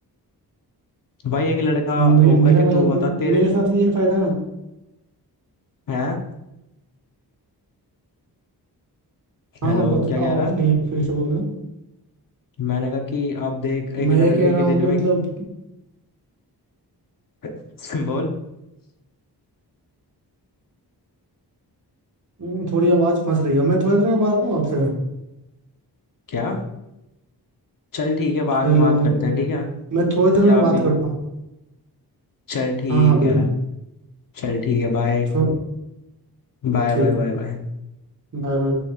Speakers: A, on the left (about 55°); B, on the right (about 50°).
A: भाई एक लड़का
B: मे,
A: होकर
B: मेरा
A: के
B: वाला
A: तू बता
B: मेरे
A: तेरे
B: साथ ये फायदा है
A: हैं
B: हाँ
A: हेलो
B: हाँ बताओ
A: क्या कह रहा
B: आप नहीं है, फिर से बोलना
A: मैंने कहा कि अब देख एक
B: मैं
A: लड़के
B: ये कह रहा
A: के दिल
B: हूँ कि
A: में
B: मतलब
A: <laughs> बोल
B: हम्म, थोड़ी आवाज फंस रही है मैं थोड़ी देर में बात करूँ आपसे
A: क्या चल ठीक है बाद
B: हेलो
A: में बात करते हैं ठीक है
B: मैं थोड़ी देर
A: या
B: में बात
A: अभी
B: करता हूँ
A: चल ठीक
B: हाँ हाँ बिल्कुल
A: है चल ठीक है bye
B: थो-
A: bye
B: ठीक
A: bye bye bye
B: Bye bye.